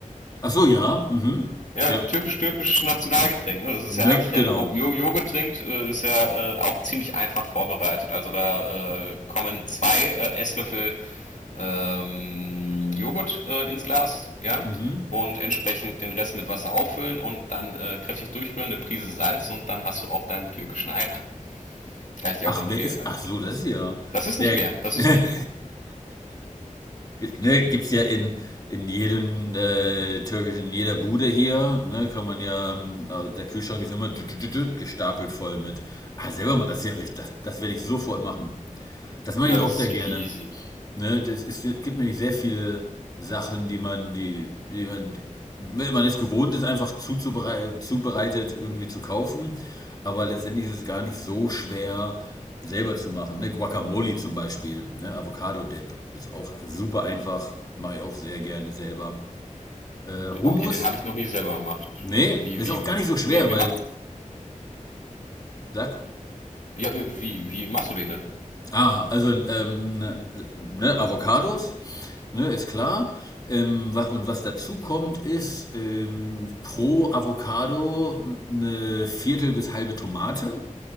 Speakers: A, on the left; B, on the left.
A: Ach so, ja. Mhm.
B: Ja,
A: Ja.
B: türkisch-türkisches Nationalgetränk.
A: <clears throat>
B: Ne? Das ist ja
A: Ne,
B: eigentlich
A: genau.
B: ein Ru- Jo- Joghurttrink, äh, ist ja äh, auch ziemlich einfach vorbereitet. Also da äh, kommen zwei äh, Esslöffel ähm, Joghurt äh, ins Glas, ja,
A: Mhm.
B: und entsprechend den Rest mit Wasser auffüllen und dann äh, kräftig durchrühren, eine Prise Salz und dann hast du auch deinen türkischen Ayran. Kann ich dir
A: Ach,
B: auch empfehlen.
A: wer ist?
B: Also
A: Ach so, das ist ja.
B: das ist
A: Ne,
B: nicht mehr, das ist
A: <laughs>
B: nicht mehr.
A: ne, gibt's ja in in jedem äh, türkischen, in jeder Bude hier, ne, kann man ja, ähm, also der Kühlschrank ist immer tüt, tüt, tüt, tüt, gestapelt voll mit. Ah, selber mal, das ist ja richtig, das, das werde ich sofort machen. Das mache
B: Ja,
A: ich auch
B: das
A: sehr
B: ist
A: gerne.
B: richtig easy.
A: Ne, das ist, es gibt nämlich sehr viele Sachen, die man, die, die man, wenn man es gewohnt ist, einfach zuzuberei- zubereitet irgendwie zu kaufen. Aber letztendlich ist es gar nicht so schwer, selber zu machen. Ne? Guacamole zum Beispiel, ne? Avocado-Dip. Ist auch super einfach. Mache ich auch sehr gerne selber. Äh, Hummus?
B: Okay, den habe ich noch nie selber gemacht.
A: Nee,
B: Wie,
A: ist
B: wie,
A: auch gar
B: wie
A: nicht so schwer,
B: nee, wir
A: weil,
B: machen.
A: sag,
B: Ja, wie, wie machst du den denn?
A: Ah, also ähm, ne, Avocados, ne, ist klar. Ähm, was, und was dazu kommt, ist ähm, pro Avocado eine Viertel bis halbe Tomate.